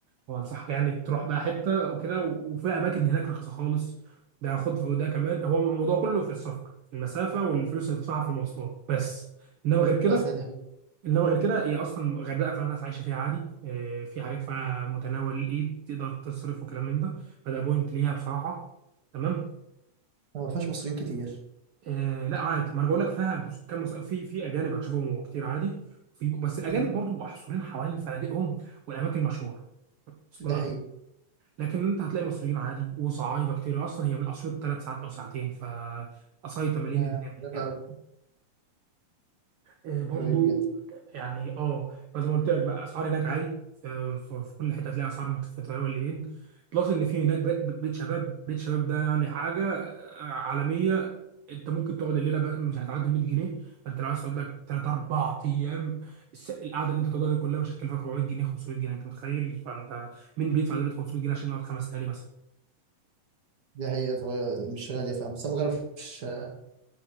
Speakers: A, on the right; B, on the right.
A: وانصحك يعني تروح بقى حته وكده و- وفي اماكن هناك رخيصه خالص ده خد في ده كمان هو الموضوع كله في السفر في المسافه والفلوس اللي تدفعها في المواصلات بس انما غير كده
B: بس هي دي حقيقه
A: انما غير كده هي اصلا الغردقه فيها ناس عايشه فيها عادي آه، في حاجات فيها متناول الايد تقدر تصرف وكلام من ده فده بوينت ليها بصراحه تمام
B: وما فيهاش مصريين كتير
A: آه لا عادي ما انا بقول لك فيها كم مص- في في اجانب هتشوفهم كتير عادي في بس الاجانب
B: امم
A: برضو محصورين حوالين فنادقهم والاماكن المشهوره وصل
B: دي حقيقه
A: لك لكن انت هتلاقي مصريين عادي وصعايده كتير اصلا هي من اسيوط ثلاث ساعات او ساعتين فقصايطه مليين
B: آه
A: الدنيا هناك
B: ده بقى
A: يعني آه، برضو
B: قريبه جدا
A: يعني اه فزي ما قلت لك بقى اسعار هناك عادي ف- ف- في كل حته هتلاقي اسعار متفتحه والليلين بلس ان في هناك بيت بيت شباب بيت شباب ده يعني حاجه آه، عالميه انت ممكن تقعد الليله بس- مش هتعدي 100 جنيه فانت لو عايز تقعد لك 3 4 ايام الس- القعده اللي انت تقعدها دي كلها مش هتكلفك 400 جنيه 500 جنيه انت متخيل فانت مين بيدفع دلوقتي 500 جنيه عشان يقعد خمس ليالي مثلا
B: دي حقيقه صغير مش غاليه فاهم بس أنا ما جربتش آه،